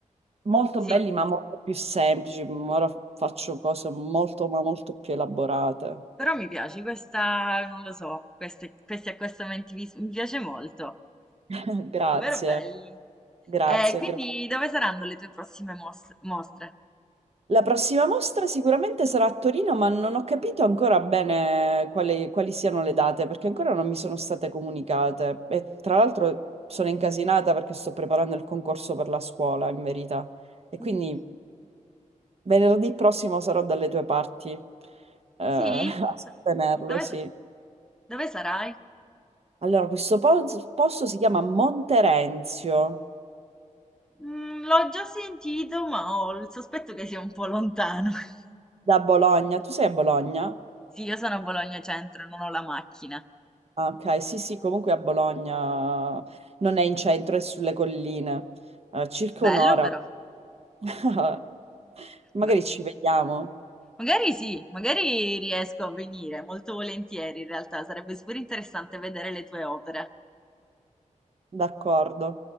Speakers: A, on the right (about 50°); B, in the centre.
A: molto
B: Sì,
A: belli, ma molto più semplici. Ma Ora faccio cose molto, ma molto più elaborate.
B: però mi piace questa, non lo so, queste, questi accostamenti vis- mi piace molto.
A: <laughs> Grazie,
B: Davvero belli.
A: grazie,
B: E quindi
A: grazie.
B: dove saranno le tue prossime mos- mostre?
A: La prossima mostra sicuramente sarà a Torino, ma non ho capito ancora bene quali, quali siano le date, perché ancora non mi sono state comunicate. E tra l'altro sono incasinata perché sto preparando il concorso per la scuola, in verità. E
B: Uh,
A: quindi venerdì prossimo sarò dalle tue parti, eh, <laughs> a
B: Sì?
A: sostenerlo,
B: Do- Dove,
A: sì.
B: sa- dove sarai?
A: Allora, questo po- posto si chiama Monterenzio,
B: Mm, l'ho già sentito, ma ho il sospetto che sia un po' lontano. <laughs>
A: da Bologna. Tu sei a Bologna?
B: Sì, io sono a Bologna Centro, non ho la macchina.
A: Ah, Ok, sì, sì, comunque a Bologna non è in centro, è sulle colline, Eh, circa
B: Bello
A: un'ora.
B: però.
A: <laughs> Magari
B: Beh.
A: ci vediamo,
B: Magari sì, magari riesco a venire, molto volentieri in realtà, sarebbe super interessante vedere le tue opere.
A: d'accordo.